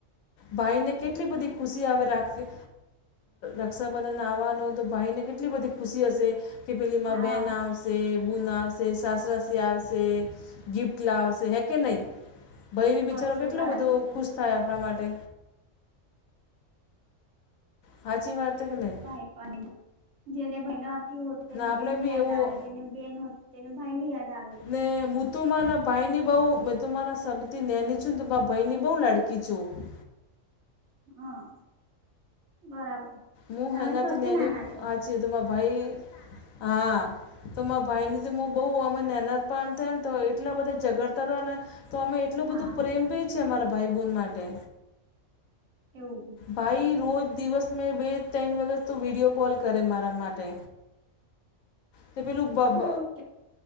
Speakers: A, on the left; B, on the right.
A: ભાઈ ને કેટલી બધી ખુશી આવે રાખી રક્ષાબંધન આવવાનો તો ભાઈને કેટલી બધી ખુશી હશે કે પેલીમાં
B: હા
A: બેન આવશે બૂ ના આવશે છે સાસરા સિ આબશે ગિફ્ટ લાવશે હે કે નહી ભયવી
B: પછી
A: બિચારો કેટલો
B: વાર
A: બધો ખુશ થાય આપણા માટે હાચી વાત કે નહીં
B: ભપ ન જેને બહેનો અથી હોતે ને
A: આપણે
B: બહેન ની
A: બી
B: યાદ
A: એવું
B: આવે જેને બેહેન હો ત તેને ભાઈ ની યાદ આવે
A: ને હું તો માના ભાઈની બહુ મેં તો માના સૌથી નેની છું ને તો મા ભાઈની બહુ લડકી છું
B: હા બરાબર
A: હું
B: તમે
A: હેંગાથી
B: સૌથી
A: નેની
B: નાના છો
A: અચ તમર ભાઈ હા તો મા ભાઈ ની હ બહ અમે નહેનત પણ થયા ને તો એટલા બધા ઝગડતા હતા તો અમે એટલું
B: હા
A: બધું પ્રેમ બી છીએ અમારા ભાઈ બન માટે
B: એવું
A: ભાઈ રોજ દિવસ મેં બે ત્રણ વખત તો વિડીિયો કોલ કરે મારા માટે તે પેલુંબબ
B: કેવું છે